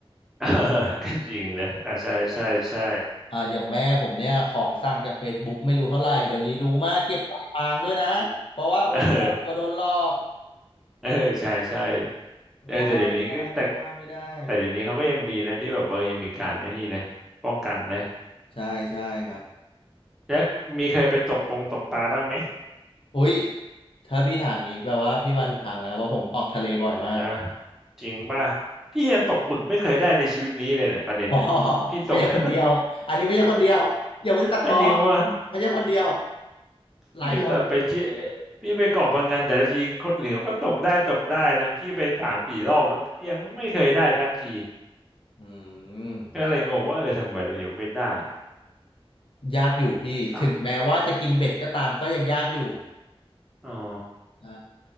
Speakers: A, in the centre; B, on the left (about 60°).
A: เออ <laughs> ก็จริงนะอ่าใช่ใช่ใช่
B: อ่าอย่างแม่ผมเนี่ยของสั่งจาก Facebook ไม่รู้เท่าไหร่เดี๋ยวนี้รู้มากเก็บปลายทางด้วยนะเพราะว่าโอนก็กลัวโดนหลอก
A: <laughs> เออเออใช่ใช่เออแต่เดี๋ยวนี้ก็แต่
B: เขาว่าไม่ได้เขาว่าไม่ได้
A: แต่เดี๋ยวนี้เขาก็ยังดีนะที่แบบเออยังมีการไอ้นี่นะป้องกันนะ
B: ใช่ใช่ครับ
A: แล้วมีเคยไปตกปงตกปลาบ้างไหม
B: อุ้ยถ้าพี่ถามงี้แปลว่าพี่มาถูกทางแล้วว่าะผมออกทะเลบ่อยมาก
A: ใช่ปะจริงป่ะพี่ยังตกบึกไม่เคยได้ในชีวิตนี้เลยเนี่ยประเด็นเนี่ยพี่ตก
B: <laughs> อ๋อไม่ใช่คนเดียวอันนี้ไม่ใช่คนเดียวอย่าเพิ่งตัดพ้อ
A: <laughs> เอาจริงว่า
B: ไม่ใช่คนเดียวหลายคน
A: พี่อยู่แบบไปเที่ยวพี่ไปเกาะพะงันแต่ละทีคนอื่นเขาก็ตกได้ตกได้นะพี่ไปสามสี่รอบแล้วก็ยังไม่เคยได้สักที
B: อืม
A: ก็เลยงงว่าเออทำไมเรายังไม่ได้
B: ยากอยู่พี่ถึงแม้ว่าจะกินเบ็ดก็ตามก็ยังยากอยู่
A: ค่ะอ๋อ
B: ใช่